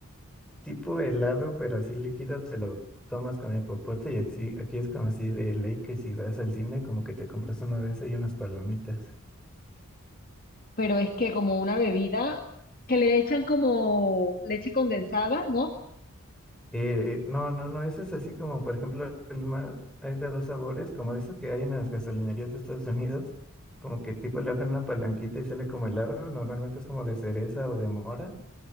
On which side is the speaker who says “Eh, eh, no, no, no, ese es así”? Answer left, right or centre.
Centre